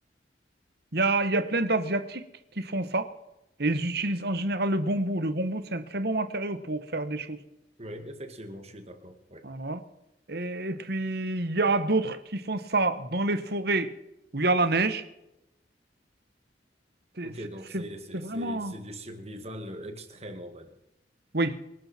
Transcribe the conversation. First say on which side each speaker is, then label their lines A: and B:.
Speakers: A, on the right (about 65°); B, on the right (about 35°).
A: Il y a, il y a plein d'Asiatiques qui font ça. Et ils utilisent en général le bambou. Le bambou, c'est un très bon matériau pour faire des choses.
B: Oui, effectivement, je suis d'accord. Oui.
A: Voilà. Et, et puis, il y a d'autres qui font ça dans les forêts où il y a la neige. C'est
B: Ok,
A: c'est-
B: donc
A: c'est-
B: c'est c'est
A: c'est vraiment...
B: c'est c'est du survival extrême, on va dire.
A: Oui,